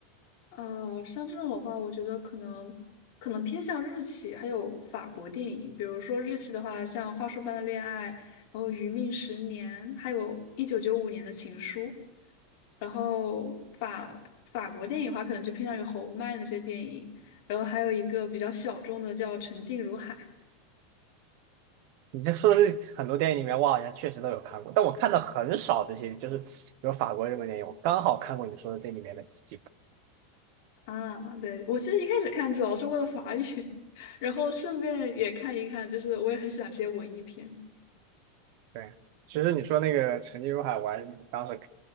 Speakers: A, on the left; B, on the right.
A: 呃，像这种的话，我觉得可能可能偏向日系，还有法国电影，比如说日系的话，像《花束般的恋爱》，然后《余命十年》，还有一九九五年的《情书》，然后法法国电影的话，可能就偏向于侯麦那些电影，然后还有一个比较小众的叫《沉静如海》
B: 你这说的这很多电影里面，我好像确实都有看过，但我看的很少这些，就是比如法国日本电影，我刚好看过你说的这里面的几部。
A: 啊，对，我其实一开始看主要是为了法语，<laughs> 然后顺便也看一看，就是我也很喜欢这些文艺片。
B: 对，其实你说那个《沉浸如海》，我还当时